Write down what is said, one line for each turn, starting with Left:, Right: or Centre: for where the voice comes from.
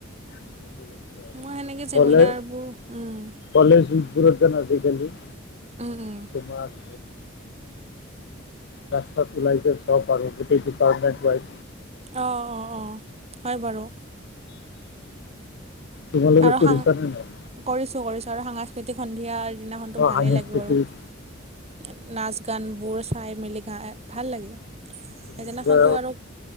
Left: <inaudible>
Right: মই সেনেকে চেমিনাৰবোৰ
Left: কলে
Right: উম।
Left: কলেজ উদপুৰত যে ন আজিকালি
Right: উম উম।
Left: তোমাৰ ৰাস্তাত ওলাই যে সব আৰু গোটেই ডিপাৰটমেণ্ট যায়।
Right: অ অ অ হয় বাৰু।
Left: তোমালোকে
Right: আৰু
Left: কৰিছা
Right: সাং
Left: নে নাই?
Right: কৰিছোঁ কৰিছোঁ আৰু সাংস্কৃতিক সন্ধিয়া দিনাখনতো
Left: অ
Right: ভালেই
Left: সাংস্কৃতিক
Right: লাগিব আৰু। নাচ গানবোৰ চাই মেলি গা ভাল লাগে।
Left: তুমি
Right: সেইদিনাখনটো
Left: কিবা
Right: আৰু